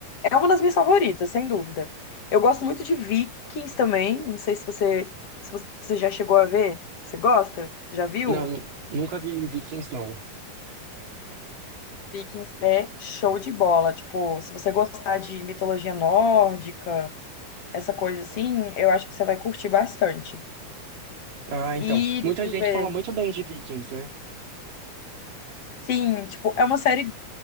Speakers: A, on the left (about 50°); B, on the right (about 80°).
A: é uma das minhas favoritas, sem dúvida. Eu gosto muito de Vikings também. Não sei se você, se você já chegou a ver. Você gosta? Já viu?
B: Não, nunca vi Vikings, não.
A: Vikings é show de bola. Tipo, se você gostar de mitologia nórdica, essa coisa assim, eu acho que você vai curtir bastante.
B: Ah, então.
A: E,
B: Muita
A: deixa
B: gente
A: eu ver.
B: fala muito bem de Vikings, né?
A: Sim, tipo, é uma série